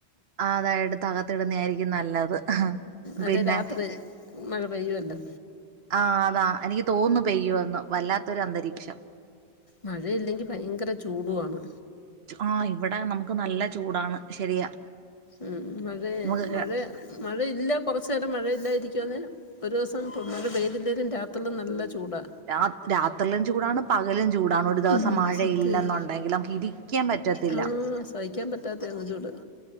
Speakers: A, on the right (about 70°); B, on the left (about 35°).
A: അതായിട്ട് തകത്തിടുന്ന ആയിരിക്കും നല്ലത്
B: അല്ലെ
A: പിന്നെ
B: രാത്രി മഴ പെയ്യുവല്ലോ
A: ആ അതാ എനിക്ക് തോന്നു പെയ്യോന്ന് വല്ലാത്തൊരു അന്തരീക്ഷം
B: മഴയില്ലെങ്കി ഭയങ്കര ചൂടുവാണ്
A: ആ ഇവിടെ നമുക്ക് നല്ല ചൂടാണ് ശരിയാ
B: ഉം മഴ
A: നമുക്ക്
B: മഴ മഴയില്ല കൊറച്ചു നേരം മഴയില്ലായിരിക്കുവന്ന് ഒരു ദിവസം തന്ന വേയി ല്ലേലും രാത്രി നല്ല ചൂടാ
A: രാ രാത്രിയിലും ചൂടാണ് പകലും ചൂടാണ് ഒരു ദിവസം
B: ഉം
A: മഴയില്ലെന്നുണ്ടെങ്കിൽ
B: സത്യവാ
A: നമുക്ക് ഇരിക്കാൻ പ റ്റത്തില്ല
B: ആഹ് സഹിക്കാൻ പറ്റാത്ത എങ്ങ് ചൂട്